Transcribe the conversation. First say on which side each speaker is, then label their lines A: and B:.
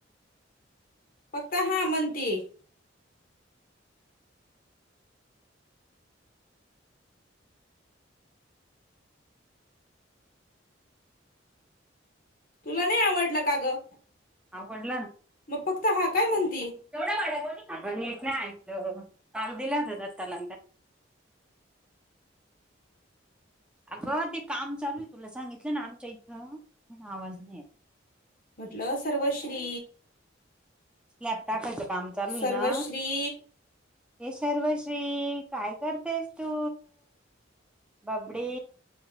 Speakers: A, on the left; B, in the centre.
A: फक्त हा म्हनतिये. तुला नई आवडलं का ग?
B: आवडला न
A: म फक्त हा काय म्हणती?
B: आ ग नीट नाय ऐकलं, काल दिलाच होता <unintelligible> अगं ते काम चालू ये. तुला सांगितलं ना आमच्या इथं. आवाज नाही येत.
A: म्हटलं सर्वश्री.
B: <unintelligible> टाकायचं काम चालू
A: सर्वश्री
B: ये ना. ये सर्वश्री काय करतेस तू? बबडी,